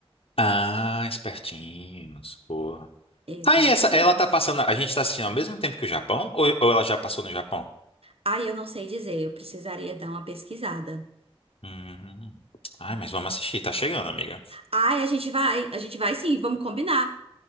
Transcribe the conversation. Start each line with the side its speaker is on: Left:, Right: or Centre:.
Left: Ah, espertinhos, pô.
Right: Exatamente.
Left: Ah, e essa, ela tá passando, a gente tá assistindo ao mesmo tempo que o Japão, ou, ou ela já passou no Japão?
Right: Ai, eu não sei dizer, eu precisaria dar uma pesquisada.
Left: Hum. Ai, mas vamos assistir, tá chegando, amiga.
Right: Ai, a gente vai, a gente vai sim, vamos combinar.